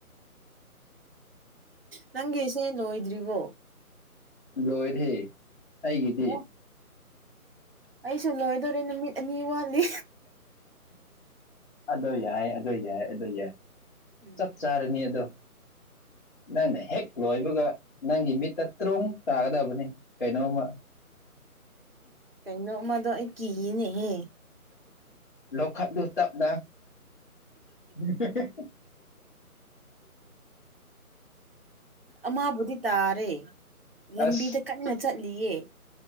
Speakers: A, on the right; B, on the left.
A: ꯅꯪꯒꯤꯁꯦ ꯂꯣꯏ ꯗ꯭ꯔꯤꯕꯣ
B: ꯂꯣꯏꯔꯦ ꯑꯩꯒꯤꯗꯤ
A: ꯑꯣ ꯑꯩꯁꯨ ꯂꯣꯏꯗꯣꯔꯦ ꯅꯨꯃꯤꯠ ꯑꯅꯤ ꯋꯥꯠꯂꯤ
B: ꯑꯗꯣ ꯌꯥꯏ ꯑꯗꯣ ꯌꯥꯏ ꯑꯗꯣ ꯌꯥꯏ
A: ꯎꯝ
B: ꯆꯞ ꯆꯥꯔꯅꯤ ꯑꯗꯣ ꯅꯪꯅ ꯍꯦꯛ ꯂꯣꯏꯕꯒ ꯅꯪꯒꯤ ꯃꯤꯠꯇ ꯇ꯭ꯔꯣꯡ ꯇꯥꯒꯗꯕꯅꯦ ꯀꯩꯅꯣꯝꯃ
A: ꯀꯩꯅꯣ ꯑꯃꯗꯣ ꯑꯩ ꯀꯤꯌꯦꯅꯦꯍꯦ
B: ꯂꯧꯈꯠꯂꯣ ꯇꯞꯅ <unintelligible>
A: ꯑꯃꯕꯨꯗꯤ ꯇꯥꯔꯦ ꯂꯝꯕꯤꯗ
B: ꯑꯁ
A: ꯀꯟꯅ ꯆꯠꯂꯤꯌꯦ